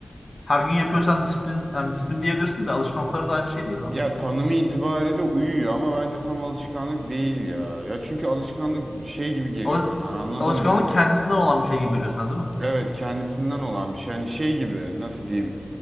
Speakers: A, on the left; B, on the right.
A: Her gün yapıyorsan disiplin yani disiplin diyebilirsin de alışkanlıkları da aynı şey değil mi abi?
B: Ya tanımı itibariyle uyuyor ama bence tam alışkanlık değil ya. Ya çünkü alışkanlık şey gibi geliyor
A: Al-
B: bana. Anladın
A: alışkanlık
B: mı?
A: kendisine olan bir şey gibi geliyor sana değil mi?
B: Evet kendisinden olan bir şey. Hani şey gibi nasıl diyeyim?